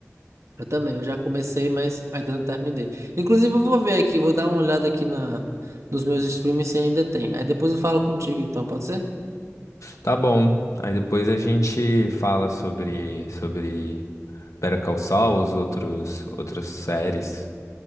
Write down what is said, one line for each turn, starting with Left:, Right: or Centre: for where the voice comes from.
Right: Eu também, eu já comecei, mas ainda não terminei. Inclusive, eu vou ver aqui, vou dar uma olhada aqui na, nos meus streams se ainda tem. Aí depois eu falo contigo, então, pode ser?
Left: Tá bom. Aí depois a gente fala sobre sobre Better Call Saul, os outros outras séries.